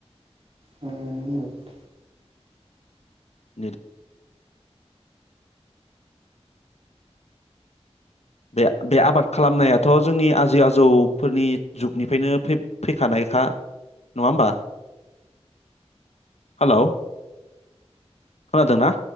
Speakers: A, on the right; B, on the left.
A: <unintelligible> ह <unintelligible>
B: नि <unintelligible> बे बे आबाद खालामनायाथ' जोंनि आजै आजौफोरनि जुगनिफ्रायनो फै-फैखानायखा नङा होमबा हालौ खोनादोंना